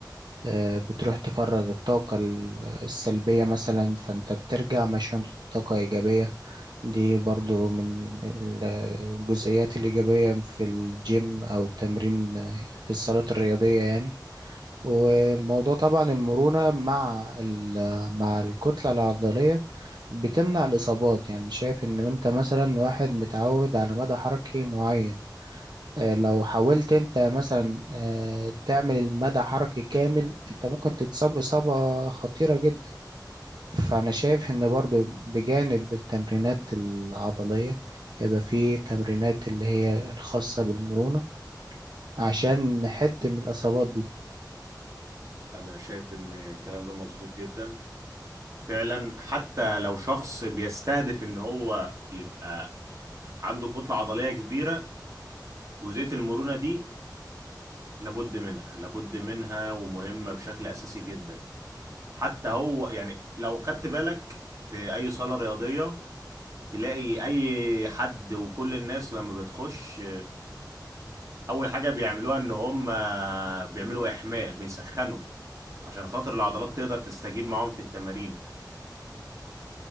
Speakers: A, on the right; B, on the right.
A: آه، بتروح تفرغ الطاقة ال- السلبية مثلا فأنت بترجع مشحون طاقة إيجابية دي برضو من ال- الجزئيات الإيجابية في الجيم أو التمرين آه، في الصالات الرياضية يعني وموضوع طبعا المرونة مع ال- مع الكتلة العضلية بتمنع الإصابات يعني شايف إن أنت مثلا واحد متعود على مدى حركي معين آه، لو حاولت انت مثلا آه، تعمل المدى حركي كامل انت ممكن تتصاب إصابة خطيرة جدا فأنا شايف إن برضو بجانب التمرينات العضلية يبقى في تمرينات اللي هي الخاصة بالمرونة عشان نحد من الإصابات دي
B: أنا شايف إن الكلام ده مظبوط جدا فعلا حتى لو شخص بيستهدف إن هو يبقى عنده كتلة عضلية كبيرة جزئية المرونة دي لابد منها لابد منها ومهمة بشكل أساسي جدا حتى هو يعني لو خدت بالك في اي صالة رياضية تلاقي اي حد وكل الناس لما بتخش اول حاجة بيعملوها ان هم بيعملوا احماء بيسخنوا عشان خاطر العضلات تقدر تستجيب معاهم في التمارين